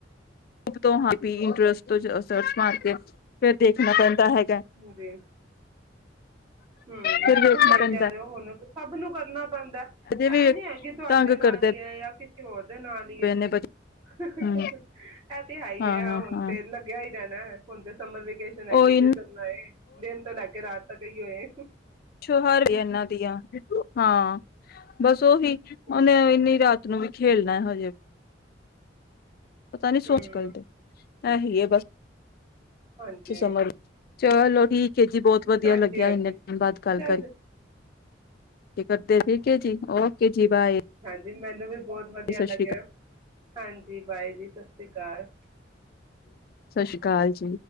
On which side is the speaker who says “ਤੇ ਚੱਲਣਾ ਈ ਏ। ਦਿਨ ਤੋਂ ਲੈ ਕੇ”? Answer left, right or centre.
Right